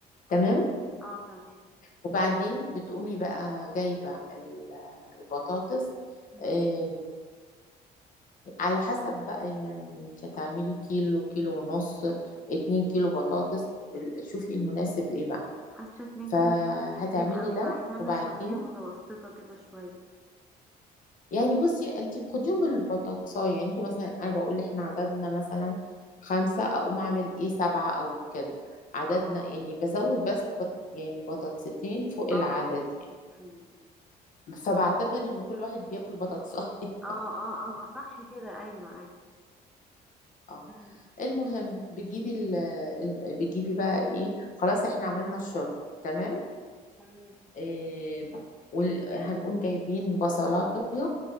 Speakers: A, on the left; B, in the centre.
A: تمام
B: اه تمام
A: وبعدين بتقومي بقى جايبه ال- البطاطس
B: مم.
A: آه، على حسب بقى يعني انت هتعملي كيلو كيلو ونص اتنين كيلو بطاطس ال- شوفي المناسب ايه بقى
B: حاسة 2
A: فهتعملي
B: كيلو دول بيبقى كتير قوي
A: ده
B: أنا عايزة أعمل
A: وبعدين
B: صينية متوسطة كده شوية
A: يعني بصي انت بتاخديهم بالبطاطساية يعني انتوا مثلا انا بقول احنا عددنا مثلا خمسة اقوم اعمل ايه سبعة او كده عددنا
B: اه
A: يعني بزود بس بط- يعني بطاطستين فوق
B: اه
A: العدد يعني
B: فهمتك. أيوة أيوة.
A: فبعتبر ان كل واحد بياكل بطاطساية
B: اه اه اه صح كده أيوة أيوة
A: <laughs> اه
B: مم.
A: المهم بتجيبي ال... ال- بتجيبي بقى ايه خلاص احنا عملنا الشرب تمام
B: تمام
A: إيه... وال... هنقوم جايبين بصلاية